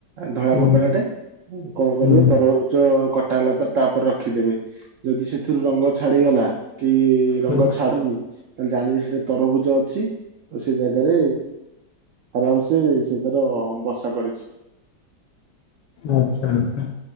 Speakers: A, on the right (about 80°); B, on the left (about 75°).
A: ଧଳା
B: ହୁଁ
A: କପଡ଼ାଟେ, କଣ କରିବ
B: ହୁଁ
A: ତରଭୁଜ କଟା ହେଲା ପରେ ତାପରେ ରଖିଦେବେ। ଯଦି ସେଥିରୁ ରଙ୍ଗ ଛାଡିଗଲା କି ରଙ୍ଗ
B: ହୁଁ
A: ତାଲେ ଜାଣିବି ସେଟା ତରଭୁଜ ଅଛି। ତ ସେ ଜାଗାରେ ଆରାମ ସେ ସେ ତାର ବସା କରିଚି।
B: ଆଛା ଆଛା,